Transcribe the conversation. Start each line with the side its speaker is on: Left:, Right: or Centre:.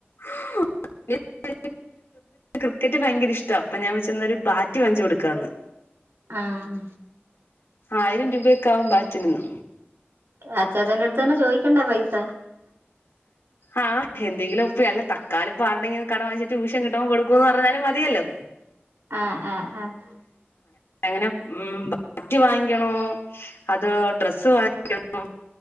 Left: <inaudible> <unintelligible> ക്രിക്കറ്റ് ഭയങ്കര ഇഷ്ടാ അപ്പ ഞാൻ വച്ച് ഒരു ബാറ്റ് വങ്ങ്ച്ചു കൊടുക്കാന്ന്.
Right: ങഅ
Left: ആയിരം രൂപയക്കെ ആവും ബാറ്റിനന്ന്
Right: അച്ചാച്ചന്റെ അടുത്ത് തന്നെ ചോയിക്കണ്ടേ പൈസ.
Left: ആഹ് എന്തെങ്കിലും ഒപ്പേ അല്ല തക്കാലം ഇപ്പ ആരുടെങ്കിലും കടം വാങ്ങിച്ചിട്ട് ടൂഷം കിട്ടുമ്പോ കൊടുക്കന്ന് പറഞ്ഞാലും മതിയല്ലോ
Right: ആഹ് ആഹ് ആഹ്
Left: അങ്ങനെ മ്മ് ബാറ്റ് വാങ്ങിക്കണോ അതോ ഡ്രസ്സ് വാങ്ങിക്കണോ